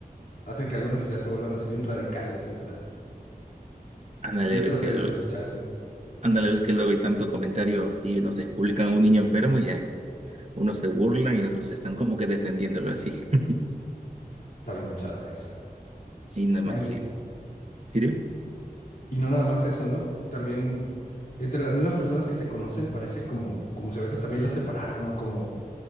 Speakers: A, on the left; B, on the right.
A: hacen que algunas ideas se vuelvan así bien radicales y otras,
B: Ándale,
A: y otras
B: ves que,
A: se,
B: lo-
A: se rechacen.
B: ándale, ves que luego hay tanto comentario así, no sé, publican a un niño enfermo y ya unos se burlan y otros están como que defendiéndolo así. <laughs>
A: Está bien manchado eso,
B: Sí, no
A: ¿no?
B: manches.
A: Y,
B: ¿Sí, dime?
A: y no nada más eso, ¿no? También entre las mismas personas que se conocen parece como, como si a veces también las separaran, ¿no? Como